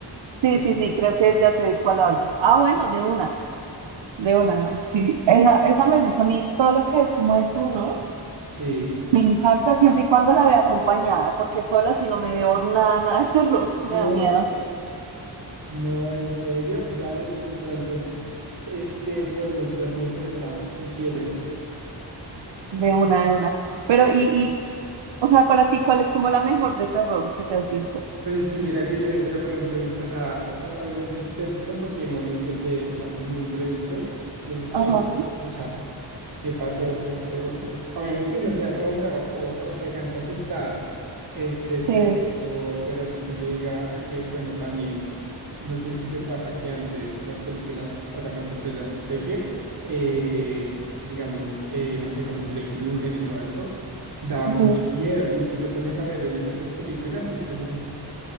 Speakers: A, on the right; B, on the right.
A: Espera,
B: Sí, sí, sí, creo que ya sé de cuál hablas. Ah, bueno, de una, de una, sí. Esa, esa me gusta a mí, todo lo que es como de terror.
A: sí.
B: Me encanta siempre y cuando la vea acompañada, porque sola si no me veo nada, nada de terror, <laughs> me
A: No,
B: da miedo.
A: no, en serio, dale, pues entonces, este, podemos vernos esa, si quieres.
B: De una, de una. Pero, y, y, o sea, para ti, ¿cuál es como la mejor de terror que te has visto?
A: Pues es que mira que yo de terror, yo, o sea, o- obviamente sí te asustan porque hay momentos de, o sea, muy imprevistos que uno dice,
B: Ajá,
A: "Uy, qué pucha, ¿qué pasó? Es como que, uy, obviamente uno se asombra o, o- o se alcanza a asustar, este, pero,
B: sí.
A: pero así que yo diga, es que, bueno, también, no sé si te pasa que antes las películas, o sea, cuando tú eras peque, eh, digamos, eh, no sé, como Freddy Krueger y todo esto, daban
B: Ujú.
A: mucho miedo y tú te pones a ver ahorita esas películas y es como...